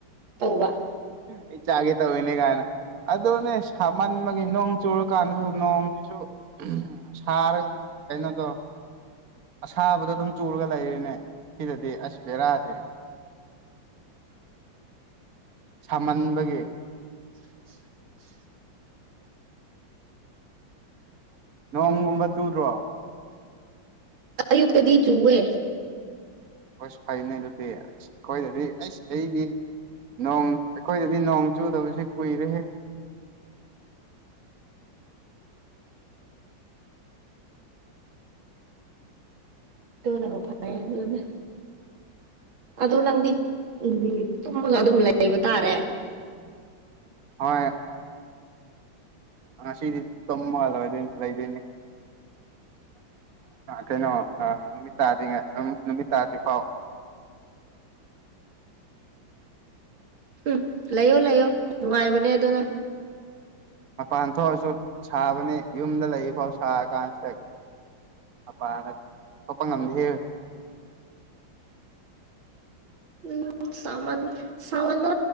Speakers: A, on the right (about 85°); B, on the right (about 50°).
A: ꯇꯧ ꯋꯥ <unintelligible> <inaudible>
B: ꯑꯩ ꯆꯥꯒꯦ ꯇꯧꯔꯤꯤꯅꯦ ꯀꯥꯏꯅ ꯑꯗꯨꯅꯦ ꯁꯥꯃꯟꯕꯒꯤ ꯅꯣꯡ ꯆꯨꯔꯀꯥꯟꯗꯁꯨ ꯅꯣꯡꯁꯤꯁꯨ ꯎ ꯁꯥꯔꯒ ꯑꯗꯨꯝ ꯀꯩꯅꯣꯗꯣ ꯑꯁꯥꯕꯗ ꯑꯗꯨꯝ ꯆꯨꯔꯒ ꯂꯩꯔꯤꯅꯦ ꯁꯤꯗꯗꯤ ꯑꯁ ꯕꯦꯔꯥꯁꯦ ꯁꯥꯍꯟꯕꯒꯤ
A: <unintelligible> <inaudible>
B: ꯅꯣꯡꯒꯨꯝꯕ ꯆꯨꯗ꯭ꯔꯣ
A: ꯇꯌꯨꯛꯇꯗꯤ ꯆꯨꯋꯦ
B: ꯍꯁ ꯐꯅꯦ ꯑꯗꯨꯗꯤꯁ ꯈꯣꯏ ꯑꯗꯨꯗꯤ ꯑꯩꯁ ꯑꯩꯒꯤ ꯅꯣꯡ ꯑꯩꯈꯣꯏꯗꯗꯤ ꯅꯣꯡ ꯆꯨꯗꯕꯁꯦ ꯀꯨꯏꯔꯦ
A: ꯇꯅꯝꯕ ꯐ ꯑꯗꯨꯅꯦ ꯑꯗꯨ ꯅꯪꯗꯤ ꯎ ꯇꯨꯝꯃꯒ ꯑꯗꯨꯝ ꯂꯩꯕ ꯇꯥꯔꯦ
B: ꯍꯣꯏ ꯉꯁꯤꯗꯤ ꯇꯝꯃꯒꯗꯣꯏ ꯂꯩꯗꯣꯏꯅꯦ ꯀꯩꯅꯣ ꯅꯨꯃꯤꯠ ꯇꯥꯗ꯭ꯔꯤꯉꯩ ꯅꯨꯃꯤꯠ ꯇꯥꯗ꯭ꯔꯤ ꯐꯥꯎ <unintelligible> <inaudible>
A: ꯎꯝ ꯂꯩꯌꯣ ꯂꯩꯌꯣ ꯅꯨꯡꯉꯥꯏꯕꯅꯦ ꯑꯗꯨꯅ
B: ꯃꯄꯥꯟ ꯊꯣꯛꯑꯁꯨ ꯁꯥꯕꯅꯤ ꯌꯨꯝꯗ ꯂꯩꯔꯤꯐꯥꯎ ꯁꯥꯔ ꯀꯥꯟꯁꯤꯗ ꯑꯄꯥꯅ ꯊꯣꯛꯄ ꯉꯝꯗꯦ
A: ꯎꯝ ꯁꯃꯅ ꯁꯃꯅ